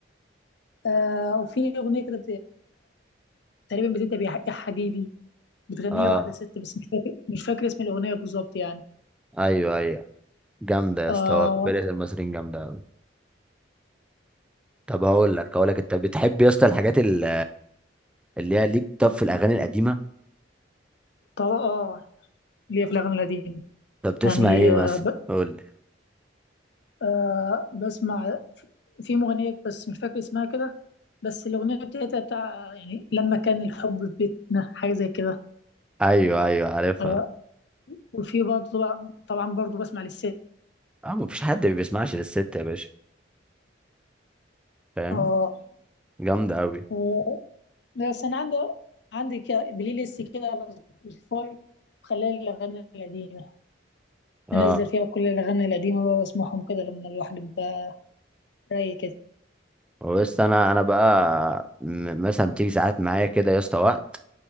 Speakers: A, on the left; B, in the centre.
A: آه، وفي اغنية كده تقريبا بتبدا بيا يا حبيبي بتغنيها
B: اه
A: واحده ست بس مش فاكر مش فاكر اسم الاغنيه بالظبط يعني
B: ايوه ايوه جامده يا
A: اه
B: اسطى فرقه المصريين جامده قوي طب هقول لك هقول لك انت بتحب يا اسطى الحاجات ال- اللي هي ليك طب في الاغاني القديمه
A: وطبعا اه اللي هي في الاغاني القديمه
B: طب بتسمع
A: يعني
B: ايه
A: آه
B: مثلا
A: ب...
B: قول لي
A: آه بسمع في مغنيه بس مش فاكر اسمها كده بس الاغنيه بتاعتها بتاع يعني لما كان الحب في بيتنا حاجه زي كده
B: ايوه ايوه عارفها
A: آه وفي برضه طبعا طبعا برضه بسمع للست
B: اه مفيش حد ما بيسمعش للست يا باشا فاهم
A: اه
B: جامده قوي
A: و- بس انا عندي عندي كده بلاي ليست كده على سبوتيفاي خلال الاغاني القديمه
B: اه
A: انزل فيها كل الاغاني القديمه بقى واسمعهم كده لما الواحد يبقى رايق كده
B: بس انا انا بقى م- مثلا بتيجي ساعات معايا كده يا اسطى وقت